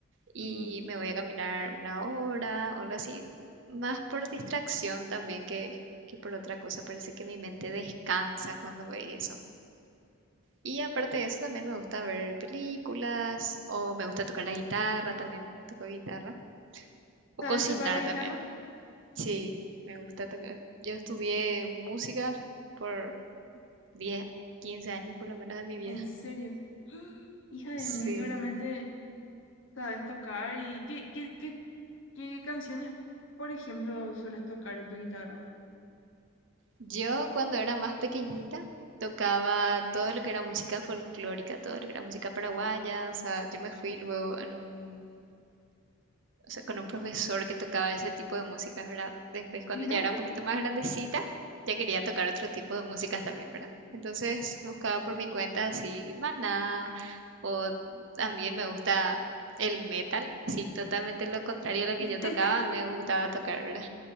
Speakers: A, on the right; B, on the left.
A: Y
B: Sí.
A: me voy a caminar una hora o algo así, más por distracción también que, que por otra cosa. Parece que mi mente descansa cuando ve eso. Y aparte de eso, también me gusta ver películas o me gusta tocar la guitarra también. Toco guitarra. O
B: ¿Sabes
A: cocinar
B: tocar la guitarra?
A: también. Sí, me gusta tocar. Yo estudié música por 10, 15 años por lo menos de mi vida.
B: ¿En serio? <gasps> Hija de
A: Sí.
B: mí, seguramente sabes tocar y qué, qué, qué, qué canciones, por ejemplo, sueles tocar en tu guitarra?
A: Yo cuando era más pequeñita tocaba todo lo que era música folclórica, todo lo que era música paraguaya. O sea, yo me fui luego en un, o sea, con un profesor que tocaba ese tipo de músicas, ¿verdad? Después cuando
B: Mira
A: ya
B: un
A: era
B: poco.
A: un poquito más grandecita, ya quería tocar otro tipo de músicas también, ¿verdad? Entonces buscaba por mi cuenta así, Maná. O también me gusta el metal, así totalmente lo contrario a lo que
B: <laughs>
A: yo tocaba, me gustaba tocar, ¿verdad?